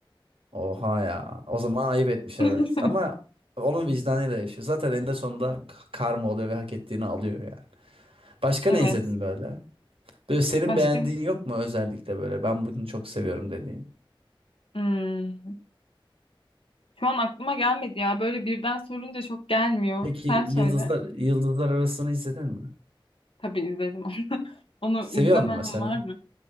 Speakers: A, on the right; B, on the left.
A: Oha ya. O zaman ayıp etmiş
B: <laughs>
A: evet. Ama onun vicdanıyla yaşıyor. Zaten eninde sonunda k- karma oluyor ve hak ettiğini alıyor yani. Başka
B: Evet.
A: ne izledin böyle? Böyle senin
B: Başka?
A: beğendiğin yok mu özellikle böyle? Ben bunu çok seviyorum dediğin.
B: Hmm. Şu an aklıma gelmedi ya. Böyle birden sorunca çok gelmiyor.
A: Peki
B: Sen söyle.
A: Yıldızlar Yıldızlar Arası'nı izledin mi?
B: Tabii izledim onu. <laughs> Onu
A: Seviyor
B: izlemem
A: musun mesela?
B: var mı?